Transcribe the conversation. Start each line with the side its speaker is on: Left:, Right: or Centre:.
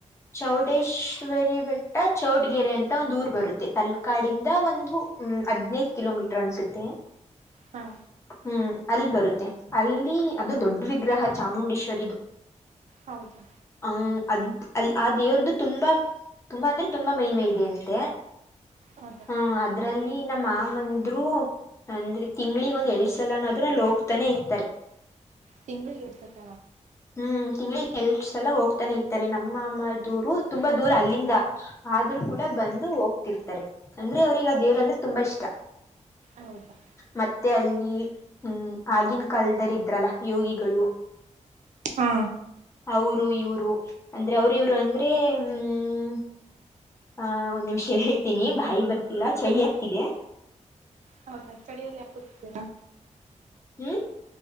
Left: ಚೌಡೇಶ್ವರಿ ಬೆಟ್ಟ ಚೌಡ್ಗೆರೆ ಅಂತ ಒಂದು್ ಊರ್ ಬರುತ್ತೆ ತಲ್ ಕಾಡಿಂದ ಒಂದು ಹ್ಮ ಹದ್ನೈದ ಕಿಲೋಮೀಟರ್ ಅನ್ಸುತ್ತೆ
Right: ಹಾ
Left: ಹ್ಮ್ ಅಲ್ಲಿ ಬರುತ್ತೆ ಅಲ್ಲಿ ಅದು ದೊಡ್ ವಿಗ್ರಹ ಚಾಮುಂಡೇಶ್ವರಿದುು
Right: ಹೌದಾ
Left: ಹ ಅದ್ ಅಲ್ಲಿ ಆ ದೇವ್ರದ್ದು ತುಂಬಾ ತುಂಬಾ ಅಂದ್ರೆ ತುಂಬಾ ಮಹಮೆ ಇದೆ ಅಂತೆ
Right: ಹೌದಾ
Left: ಹ ಅದ್ರಲ್ಲಿ ನಮ್ಮಮಂದ್ರು ಅಂದ್ರೆ ತಿಂಗ್ಳಿಗ್ ಒಂದ್ ಎರಡ್ ಸಲ ಅನ್ನೋಾದ್ರರು ಅಲ್ಲಿ ಹೋಗತಾನೆ ಇರ್ತಾರೆ
Right: ತಿಂ್ಗಳು ಏಡ್ಸಕ್ಕ
Left: ಹ್ಮ್ ತಿಂಗಳಿಗೆ ಎಲ್ ಸಲ ಹೋಗ್ತಾನೆ ಇರ್ತಾರೆ ನಮ್ಮ ಅಮ್ಮ ದೂರು ತುಂಬಾ ದೂರ ಅಲ್ಲಿಂದ ಆದ್ರೂ ಕೂಡ ಬಂದು ಹೋಗ್ತಿರ್ತಾರೆ ಅಂದ್ರೆ ಅವ್ರಗ ದೇವ್ರ ಅಂದ್ರೆ ತುಂಬಾ ಇಷ್ಟ
Right: ಹೌದಾ
Left: ಮತ್ತೆ ಅಲ್ಲಿ ಹ್ಮ್ ಆಗಿನ ಕಾಲದರ್ ಇದ್ರಲ್ಲ ಯೋಗಿಗಳು
Right: ಹಾ
Left: ಅವರು ಇವ್ರು ಅಂದ್ರೆ ಅವ್ರು ಇವ್ರು ಅಂದ್ರೆ ಹ್ಮ ಹ ಒಂದ್ ನಿಮ್ಷ ಹೇಳ್ತೀನಿ ಬಾಯಿ ಬರ್ತಿಲ್ಲ ಚಳಿ ಹಕ್ಕಿದೆ
Right: ಹೌದಾ ಚಳಿಯಲ್ಲಿ ಯಾಪ್ತೀರಾ
Left: ಹ್ಮ್